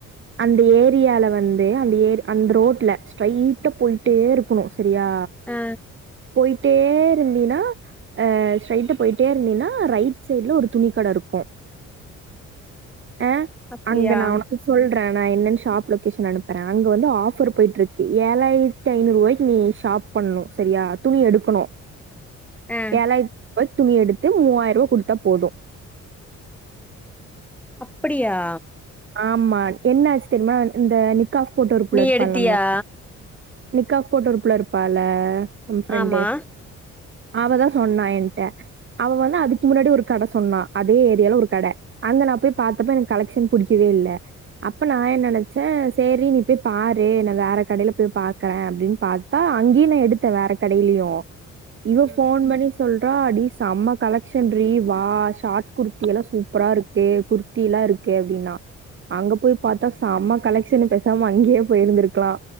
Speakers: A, on the right; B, in the centre.
A: அந்த ஏரியால வந்து அந்த ஏ அந்த ரோட்ல ஸ்ட்ரைட்டா போயிட்டே இருக்கணு சரியா
B: ஆ
A: போய் பேரு இந்தீன்னா ஆ ஸ்ட்ரைட்ட போயிட்டே இருந்தீன்னா ரைட் சைட்ல ஒரு துணி கட இருக்கும் ஆ
B: அப்டியா
A: அங்க நா ஒனக்கு ன்ற நா என்னன் ஷாப் லொக்கேஷன் அனுப்பறன் அங்க வந்து ஆஃபர் போய்ட்டு இருக்கு ஏழாயிரத்தி ஐநூரூவாய்க்கு நீ ஷாப் பண்ணும் சரியா துணி எடுக்கணு
B: ஆ
A: ஏலாத் வத் துணி எடுத்து மூவாயிரூபா குடுத்தா போதும்
B: அப்டியா
A: ஆமா என்ன ஆச்சி தெரியுமா இந்த காஃப் போட்டு ஒரு பிளேட்
B: நீ எடுத்தியா
A: பண்லாமே நிக்கா போட்டு ஒருப்புள்ள இருப்பால நம் ஃப்ரெண்டு
B: ஆமா
A: அவதா சொன்னா எகிட்ட அவ வந்து அதுக்கு முன்னாடி ஒரு கட சொன்னா அதே ஏரியால ஒரு கட அங்க நா போய் பாத்தப்ப எனக்கு கலஷன் புடிக்கவே இல்ல அப்ப நா என்ன நெனைச்சே சேரி நீ போய் பாரு நா வேற கடையில போய் பாக்குறே அப்டின்னு பாத்தா அங்கேயு நா எடுத்தே வேற கடையிலயு இவ
B: ம்
A: போன் பண்ணிஸ் சொல்றா அடி செம்ம கலெக்ஷன் டி வா ஷாட் குர்த்தி எல்லா சூப்பரா இருக்கு குர்த்தி எல்லா இருக்கு எப்டின்னா அங்க போய் பாத்தா செம்ம கலெக்சன் பேசாம அங்கயே போயிருந்திருக்கலா